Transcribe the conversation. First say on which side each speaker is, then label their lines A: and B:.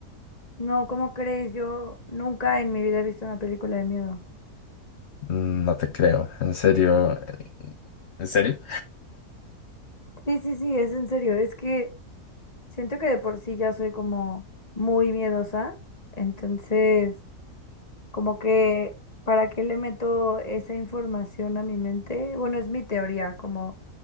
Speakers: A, on the left; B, on the left.
A: No, ¿cómo crees? Yo nunca en mi vida he visto una película de miedo.
B: Mm, No te creo, en serio. ¿En serio?
A: Sí, sí, sí, es en serio, es que siento que de por sí ya soy como muy miedosa, entonces como que ¿para qué le meto esa información a mi mente? Bueno, es mi teoría, como